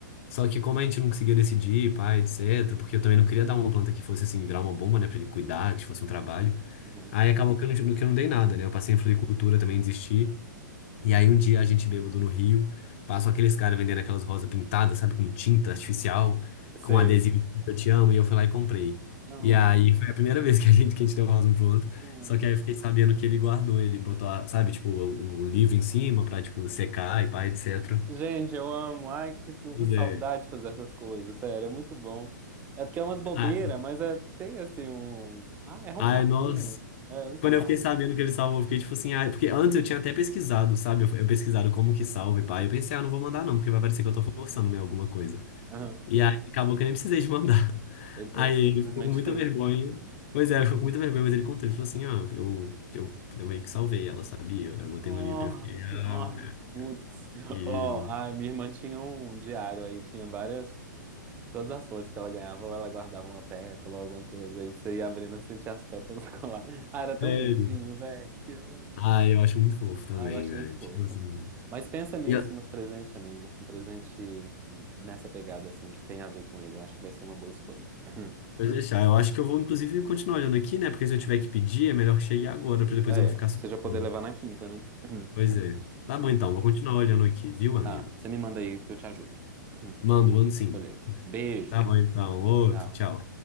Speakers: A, on the left (about 40°); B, on the right (about 15°).
A: Só que como a gente não conseguia decidir, pai, etc. Porque eu também não queria dar uma planta que fosse assim, virar uma bomba, né? Pra ele cuidar, que fosse um trabalho.
B: uhum.
A: Aí acabou que eu não, que eu não dei nada, né? Eu passei em floricultura, também desisti. E aí um dia a gente bêbado no Rio, passam aqueles caras vendendo aquelas rosas pintadas, sabe, com tinta artificial,
B: Sei.
A: com adesivo escrito Eu Te Amo, e eu fui lá e comprei.
B: Não,
A: E aí foi a primeira <laughs> vez que a gente, que a gente deu rosa um pro outro,
B: não.
A: só que aí eu fiquei sabendo que ele guardou, ele botou, a- sabe, tipo, o, o livro em cima pra, tipo, secar e pá, etc.
B: Gente, eu amo. Ai, que, que
A: Pois
B: saudade
A: é.
B: de fazer essas coisas, sério, é muito bom. É porque é umas bobeiras,
A: Ah,
B: mas é, tem assim um. Ah, é romântico,
A: Ai, nós...
B: né? É, sei
A: Quando
B: lá.
A: eu fiquei sabendo que ele salvou, eu fiquei tipo assim, ai, porque antes eu tinha até pesquisado, sabe? Eu, eu pesquisado como que salva e pá. Eu pensei, ah, não vou mandar não, porque vai parecer que eu tô forçando, né, alguma coisa.
B: Aham.
A: E aí acabou que eu nem precisei de mandar. <laughs>
B: Ele,
A: Aí
B: ele simplesmente
A: ele ficou com muita
B: fez,
A: vergonha.
B: né?
A: Pois é, ele ficou com muita vergonha, mas ele contou. Ele falou assim, ah, eu, eu, eu meio que salvei ela, sabia? Eu botei
B: Ai,
A: no livro, eu fiquei, ah,
B: ai, putz.
A: e...
B: Ó, a minha irmã tinha um diário aí, tinha várias. Todas as flores que ela ganhava, ou ela guardava uma pétala ou alguma coisa. Aí você ia abrindo e sentia as pétalas <laughs> colar. Ah, era tão
A: Sério?
B: bonitinho, velho. Que ótimo.
A: Ah, eu acho muito fofo também,
B: Ah, eu acho
A: velho.
B: muito fofo.
A: Tipo assim...
B: Mas pensa nisso
A: E eu-
B: no presente, amigo. Um presente nessa pegada, assim, que tem a ver com ele. Eu acho que vai ser uma boa escolha. <clears throat>
A: Pode deixar, eu acho que eu vou, inclusive, continuar olhando aqui, né? Porque se eu tiver que pedir, é melhor que chegue agora, pra depois
B: É,
A: eu não ficar
B: pra
A: soltando.
B: você já poder levar na quinta, né? <clears throat>
A: Pois é. Tá bom,
B: Então
A: então,
B: tá.
A: vou continuar olhando aqui, viu, amigo?
B: Tá, você me manda aí que eu te ajudo. <clears throat>
A: Mando, mando sim.
B: Olha. Beijo.
A: Tá bom, então. Outro,
B: Tchau.
A: tchau.